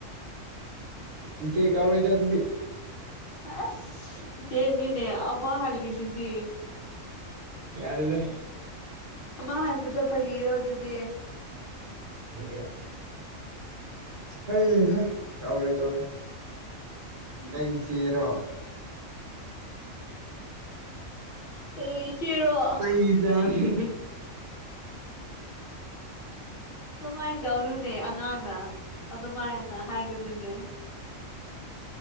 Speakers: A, on the right; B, on the left.
A: ꯏ ꯀꯣ ꯏꯗ ꯑꯗꯨꯗꯤ
B: ꯑꯁ ꯆꯦꯖꯤꯅꯦ ꯑꯃ ꯍꯜꯗꯁꯤꯖꯤ
A: ꯌꯥꯔꯗ
B: ꯑꯃ ꯍꯥꯟꯕꯗꯣ ꯐꯥꯒꯤꯔꯣ ꯑꯗꯨꯗꯤ
A: ꯍꯦ ꯑꯩ ꯀꯥꯎꯔꯦ ꯀꯥꯎꯔꯦ ꯀꯩ ꯆꯦꯔꯣ
B: ꯀꯔꯤ ꯏꯆꯦꯔꯣ
A: ꯀꯩꯖꯅꯤ
B: ꯑꯗꯨꯃꯥꯏꯅ ꯇꯧꯅꯨꯅꯦ ꯑꯉꯥꯡꯅ ꯑꯗꯨꯃꯥꯏꯅ ꯍꯥꯏꯒꯗꯨꯅꯦ